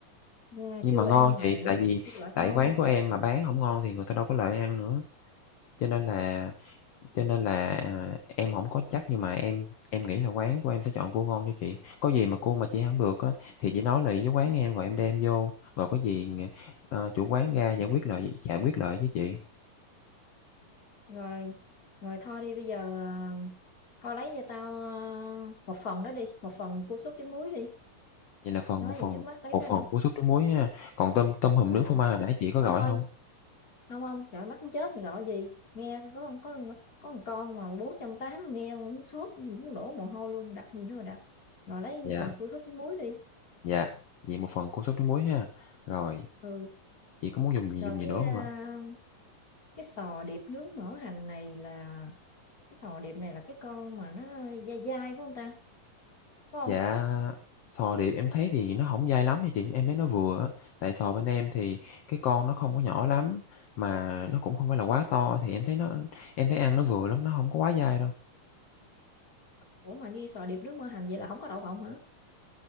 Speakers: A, on the left; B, on the left.
A: Nghe
B: Nhưng
A: chưa
B: mà ngon
A: ăn mà
B: chị,
A: nói
B: tại vì
A: cái cua loại ngon
B: tại quán của em mà bán hổng ngon thì người ta đâu có lại ăn nữa, cho nên là cho nên là, à, em hổng có chắc nhưng mà em em nghĩ là quán của em sẽ chọn cua ngon cho chị. Có gì mà cua mà chị ăn hông được á, thì chị nói lại với quán em rồi em đem vô, rồi có gì, ờ, chủ quán ra giải quyết lại giải quyết lại với chị.
A: rồi rồi thôi đi bây giờ ờ, thôi lấy cho tao ờ, một phần đó đi một phần cua súp trứng muối đi
B: Vậy là phần
A: nói
B: một phần
A: về trước mắt lấy
B: một
A: đó
B: phần
A: đi
B: cua súp trứng muối ha, còn tôm tôm hùm
A: ừ
B: nướng phô mai hồi nãy chị có
A: thôi
B: gọi
A: thôi
B: hông?
A: không không trời mắt muốn chết gọi gì nghe có con có có con con mà bốn trăm tám nghe muốn sốt muốn đổ mồ hôi luôn đặt gì nữa mà đặt rồi lấy
B: Dạ,
A: phần cua sốt trứng muối đi
B: dạ, vậy một phần cua súp trứng muối ha. Rồi,
A: ừ
B: chị có muốn dùng gì
A: rồi
B: dùng
A: cái
B: gì nữa
A: à,
B: hông ạ?
A: cái sò điệp nướng mỡ hành này là cái sò điệp này là cái con mà nó dai dai phải không ta phải không
B: Dạ, sò điệp em thấy thì nó hổng dai lắm nha chị, em thấy nó vừa á, tại sò bên em thì cái con nó không có nhỏ lắm, mà nó cũng không phải là quá to thì em thấy nó em thấy ăn nó vừa lắm, nó hông có quá dai đâu.
A: ủa mà ghi sò điệp nướng mỡ hành vậy là không có đậu phộng hả